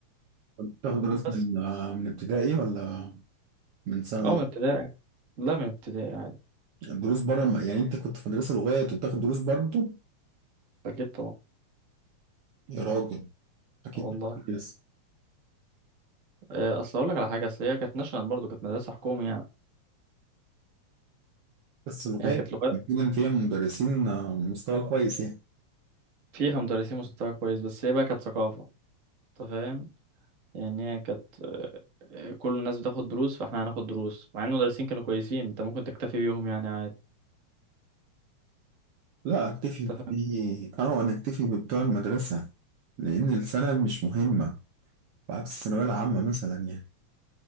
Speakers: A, on the right; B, on the right.
A: كنت بتاخد دروس
B: بس
A: من من ابتدائي ولا من ثانوي
B: اه من ابتدائي لا من ابتدائي عادي
A: الدروس بره ما- يعني انت كنت في مدرسه لغات وبتاخد دروس برضه
B: اكيد طبعا
A: يا راجل اكيد
B: آه والله
A: طبعاً بس
B: آه، اصل اقول لك على حاجه اصل هي كانت ناشونال برضه كانت مدرسه حكومي يعني
A: بس لغات
B: يعني كانت لغات
A: بيكون فيها مدرسين آه، مستوى كويس يعني
B: فيها مدرسين مستوى كويس بس هي بقى كانت ثقافه انت فاهم يعني هي كانت آه، آه، كل الناس بتاخد دروس فاحنا هناخد دروس مع ان المدرسين كانوا كويسين انت ممكن تكتفي بيهم يعني عادي
A: لا اكتفي
B: انت
A: بدي اه انا اكتفي ببتوع المدرسه لان السنه مش مهمه بعكس الثانويه العامه مثلا يعني